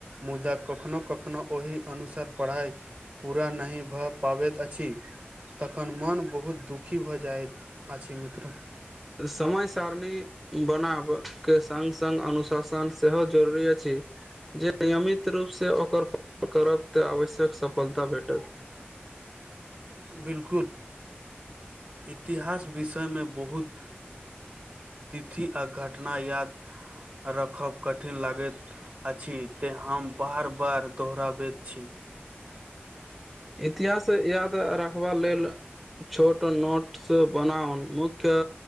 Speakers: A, on the right; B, in the centre.
A: मुदा कखनो कखनो ओहि अनुसार पढ़ाई पूरा नहि भऽ पाबैत अछि तखन मन बहुत दुखी भऽ जाइत अछि मित्र
B: समय सारणी बनाब के संग संग अनुशासन सेहो जरूरी अछि जे नियमित रूपसँ ओकर पालन करब तऽ आवश्यक सफलता भेटत
A: बिलकुल इतिहास विषय मे बहुत तिथि आ घटना याद राखब कठिन लागैत अछि ते हम बार बार दोहराबैत छी
B: इतिहास याद रखबा लेल छोट नोट्स बनाउ मुख्य